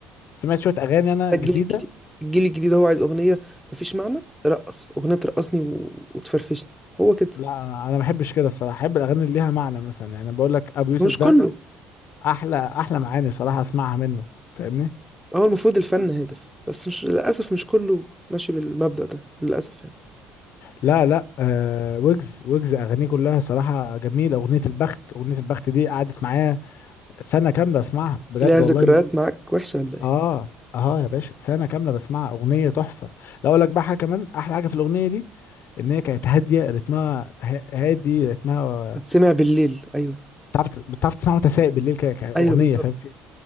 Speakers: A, on the left; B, in the centre.
A: سمعت شوية اغاني انا
B: الجيل
A: جديدة
B: الجديد الجيل الجديد هو عايز أغنية مفيش معنى رقص أغنية ترقصني و... وتفرفشني هو كده
A: لا انا انا ما بحبش كده الصراحة احب الاغاني اللي ليها معنى مثلا يعني بقول لك ابو يوسف
B: مش
A: ده
B: كله
A: احلى احلى معاني صراحة اسمعها منه فاهمني
B: هو المفروض الفن هادف بس مش للأسف مش كله ماشي بالمبدأ ده للأسف يعني
A: لا لا آه ويجز ويجز اغانيه كلها صراحه جميله اغنيه البخت اغنيه البخت دي قعدت معايا سنه كامله اسمعها بجد
B: ليها ذكريات
A: والله م-
B: معاك وحشة ولا إيه؟
A: اه اه يا باشا سنه كامله بسمعها اغنيه تحفه لا اقول لك بقى حاجه كمان احلى حاجه في الاغنيه دي ان هي كانت هاديه رتمها ه- هادي رتمها
B: بتسمع بالليل أيوه
A: بتعرف بتعرف تسمعها وانت سايق بالليل كده كاغنيه
B: أيوه بالظبط
A: فاهم